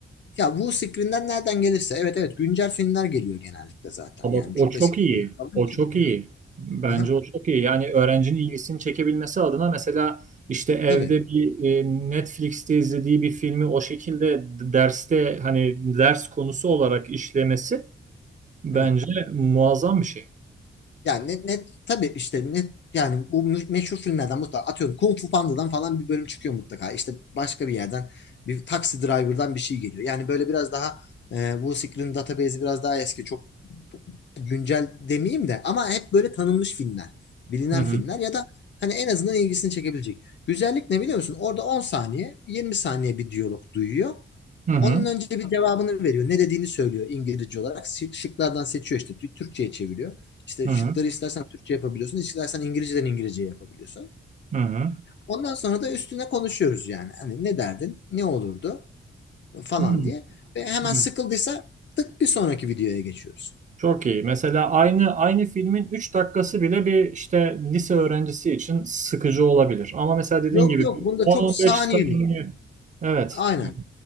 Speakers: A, on the left; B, on the right.
A: ya bu screen'den nereden gelirse evet evet güncel filmler geliyor genellikle zaten.
B: Ha
A: Yani
B: bak o
A: çok
B: çok
A: eski
B: iyi.
A: filmler falan
B: O
A: çıkmıyor.
B: çok iyi. Bence
A: Aha,
B: o çok iyi. Yani öğrencinin ilgisini çekebilmesi adına mesela işte evde
A: tabii.
B: bir e, Netflix'te izlediği bir filmi o şekilde d- derste hani ders konusu olarak işlemesi bence
A: Evet.
B: muazzam bir şey.
A: Yani net, net tabii işte net yani bu mü- meşhur filmlerden mutlaka atıyorum Kung Fu Panda'dan falan bir bölüm çıkıyor mutlaka. İşte başka bir yerden bir taksi driver'dan bir şey geliyor. Yani böyle biraz daha e, bu Secret'in database'i biraz daha eski çok güncel demeyeyim de ama hep böyle tanınmış filmler, bilinen
B: Hı hı.
A: filmler ya da hani en azından ilgisini çekebilecek. Güzellik ne biliyor musun? Orada 10 saniye, 20 saniye bir diyalog duyuyor.
B: Hı hı.
A: Onun önce bir cevabını veriyor. Ne dediğini söylüyor İngilizce olarak. Şık- Şıklardan seçiyor işte. Türkçe'ye çeviriyor. İşte
B: Hı
A: şıkları
B: hı.
A: istersen Türkçe yapabiliyorsun. istersen İngilizceden İngilizceye yapabiliyorsun.
B: Hı hı.
A: Ondan sonra da üstüne konuşuyoruz yani. Hani ne derdin? Ne olurdu? Falan
B: Hı
A: diye. Ve hemen
B: hı.
A: sıkıldıysa tık bir sonraki videoya geçiyoruz.
B: Çok iyi. Mesela aynı aynı filmin 3 dakikası bile bir işte lise öğrencisi için sıkıcı olabilir. Ama mesela dediğin
A: Yok
B: gibi
A: yok
B: bir
A: bunda
B: 10-15
A: çok saniyelik.
B: saniye. Evet.
A: Aynen.
B: evet.